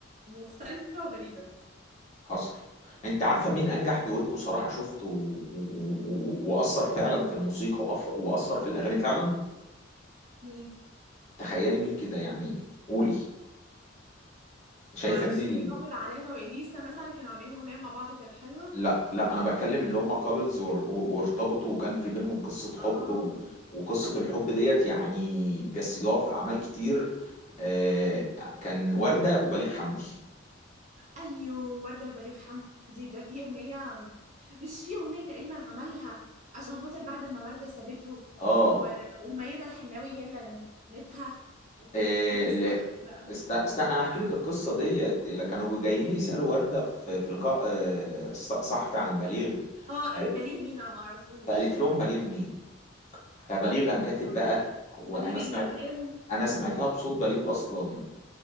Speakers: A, on the right; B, on the left.
A: مختلفه وغريبه
B: حصل انت عارفه مين انجح دويتو صراحه شفته و... و... و... واثر فعلا في الموسيقى وأف... واثر في الاغاني فعلا
A: مين
B: تخيلي مين كده يعني قولي شايفه
A: معرفش
B: مين
A: في راغب علامه واليسا مثلا كانوا عاملين اغنيه مع بعض كانت حلوه
B: لا لا انا بكلم اللي هم كابلز وارتبطوا وكان في بينهم قصة
A: اه
B: حب و... وقصة الحب ديت يعني جسدوها في اعمال كتير آه كان وردة وبليغ حمدي
A: ايوه ورده وبليغ حمدي ده في اغنيه مش في اغنيه تقريبا عملها عشان خاطر بعد ما ورده سابته
B: اه
A: و- وميادة الحناوي هي اللي غنتها
B: آه،
A: كان اسمها
B: اللي
A: ايه بقى
B: است... است... انا احكي لك القصة ديت اللي كانوا جايين يسألوا وردة في, في لقاء آه ص- صحفي عن بليغ
A: اه
B: فقال-
A: قالت بليغ مين انا معرفوش
B: فقالت لهم بليغ مين فبليغ قام كاتب
A: اه
B: بقى وانا
A: حبيبي
B: سمعت
A: اللي كان
B: انا سمعتها بصوت بليغ اصلا